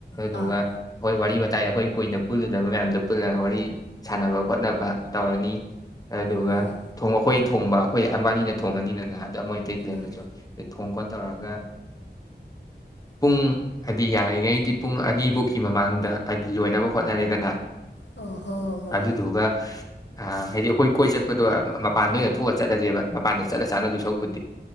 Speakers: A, on the left (about 80°); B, on the left (about 20°).
A: ꯑꯥ
B: ꯗꯨꯔꯒꯥ ꯍꯣꯏ ꯋꯥꯔꯤ ꯋꯥ꯫ <inaudible> ꯑꯩꯈꯣꯏ ꯀꯨꯏꯅ ꯄꯨꯜꯂꯨꯗꯕ ꯃꯌꯥꯝꯗꯣ ꯄꯨꯂꯒ ꯋꯥꯔꯤ ꯁꯥꯟꯅꯕ ꯈꯣꯠꯅꯕ ꯇꯧꯔꯅꯤ꯫ ꯑꯗꯨꯒ
A: ꯍꯣꯏ
B: ꯊꯣꯡ ꯑꯩꯈꯣꯏ꯫ ꯊꯣꯡꯕ ꯑꯩꯈꯣꯏ ꯑꯝꯅꯤꯅ ꯊꯣꯡꯉꯅꯤꯗꯅ꯫ <unintelligible> ꯃꯣꯏ ꯇꯩ ꯂꯩꯔ
A: ꯑꯥ
B: ꯖꯨ꯫ <unintelligible> ꯊꯣꯡꯈꯣꯠ ꯇꯧꯔꯒ ꯄꯨꯡ ꯍꯥꯏꯗꯤ ꯌꯥꯔꯤꯒꯩꯗꯤ ꯄꯨꯡ ꯑꯅꯤꯕꯣꯛꯀꯤ ꯃꯃꯥꯡꯗ ꯍꯥꯏꯗꯤ ꯂꯣꯏꯅꯕ ꯍꯣꯠꯅꯔꯦꯗꯅ꯫
A: ꯑꯣ ꯍꯣꯏ ꯍꯣꯏ ꯍꯣꯏ
B: ꯑꯗꯨꯗꯨꯒ꯫ ꯑꯥ ꯍꯥꯏꯗꯤ ꯑꯈꯣꯏ꯫ ꯀꯣꯏ ꯆꯠꯄꯗꯣ ꯃꯄꯥꯟꯗ ꯑꯣꯏꯅ ꯊꯣꯛꯑꯒ ꯆꯠꯂꯖꯦꯕ ꯃꯄꯥꯟꯗ ꯆꯠꯂ ꯆꯥꯟꯅꯗꯣꯏ ꯁꯔꯨꯛꯄꯨꯗꯤ꯫